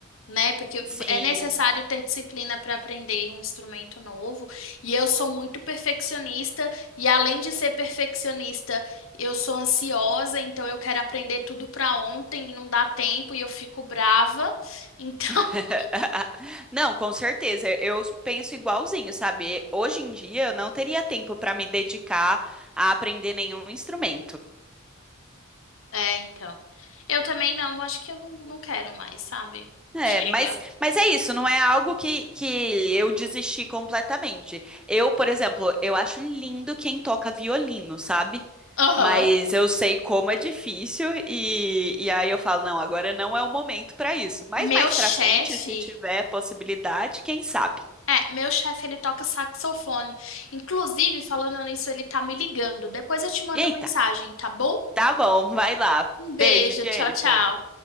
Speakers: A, on the left (about 70°); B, in the centre.
A: né? Porque
B: sim.
A: é necessário ter disciplina para aprender um instrumento novo. E eu sou muito perfeccionista, e além de ser perfeccionista, eu sou ansiosa, então eu quero aprender tudo para ontem e não dá tempo e eu fico brava. Então,
B: <laughs>
A: <laughs>
B: Não, com certeza. Eu penso igualzinho, sabe? Hoje em dia, eu não teria tempo para me dedicar a aprender nenhum instrumento.
A: é, então. Eu também não, acho que eu não, não quero mais, sabe?
B: É,
A: Chega.
B: mas, mas é isso, não é algo que, que eu desisti completamente. Eu, por exemplo, eu acho lindo quem toca violino, sabe?
A: Aham.
B: Mas eu sei como é difícil e, e aí eu falo, não, agora não é o momento para isso. Mas
A: Meu
B: mais
A: chefe.
B: para frente, se tiver possibilidade, quem sabe?
A: É, meu chefe, ele toca saxofone. Inclusive, falando nisso, ele tá me ligando. Depois eu te mando
B: Eita,
A: mensagem, tá bom?
B: tá bom, vai lá.
A: Um
B: Beijo,
A: beijo,
B: Jennifer.
A: tchau, tchau.